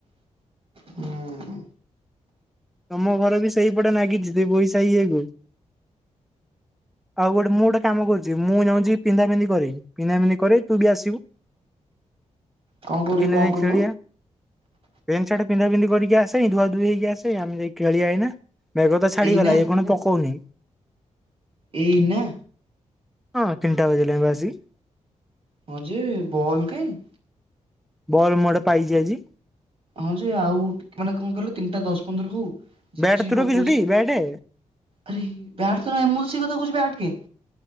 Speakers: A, on the right; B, in the centre.
A: ହୁଁ
B: ତମ ଘର ବି ସେଇ ପଟେ ନାଗିଚି ଦେ ବୋଇ ସାହି ଇଏକୁ। ଆଉ ଗୋଟେ ମୁଁ ଗୋଟେ କାମ କରୁଚି ମୁଁ ଯାଉଚି ପିନ୍ଧା ପିନ୍ଧି କରିବି ପିନ୍ଧା ପିନ୍ଧି କରିବି ତୁ ଟିକେ ଆସିବୁ।
A: କଣ କରିବି
B: ଏଇନା
A: କଣ
B: ଯାଇଁ
A: କରିବ
B: ଖେଳିବା। ପେଣ୍ଟ ସାର୍ଟ ପିନ୍ଧା ପିନ୍ଧି କରିକି ଆସେ ଧୁଆ ଧୋଇ ହେଇ କି ଆସେ ଆମେ ଯାଇ ଖେଳିବା ଏଇନା। ମେଘ ତ ଛାଡ଼ିଗଲା
A: ଏଇନା
B: ଏଇ ଖୁଣୁ ପକଉନି।
A: ଏଇନା?
B: ହଁ ତିନଟା ବାଜିଲାଣି ପା ଆସିକି।
A: ହଁ ଯେ ବଲ୍ କାଇଁ?
B: ବଲ୍ ମୁଁ ଗୋଟେ ପାଇଚି ଆଜି।
A: ହଁ ଯେ ଆଉ ଟିକ ମାନେ କଣ କହିଲ ତିନିଟା ଦଶ ପନ୍ଦର ହଉ। ଝିପି
B: ବ୍ୟାଟ୍
A: ଝିପି
B: ତୁ
A: ପକଉଛି
B: ରଖିଚୁଟି ବ୍ୟାଟେ?
A: ଆରେ ହେ ବ୍ୟାଟ୍ ତ ନାଇଁ ମୁଁ ତ ସେଇକଥା କହୁଚି ବ୍ୟାଟ କେଁ?